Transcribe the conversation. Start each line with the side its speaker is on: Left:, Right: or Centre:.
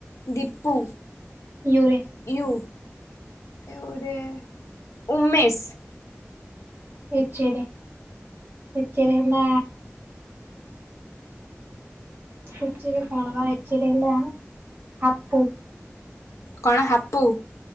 Left: ଦିପୁ।
Right: ୟୁ ରେ
Left: ୟୁ ୟୁ ରେ ଉମେଶ।
Right: ଏଚ ରେ ଏଚ ରେ ହେଲା ଏଚ ରେ କଣ ବା ଏଚରେ ହେଲା ହାପୁ।
Left: କଣ ହାପୁ?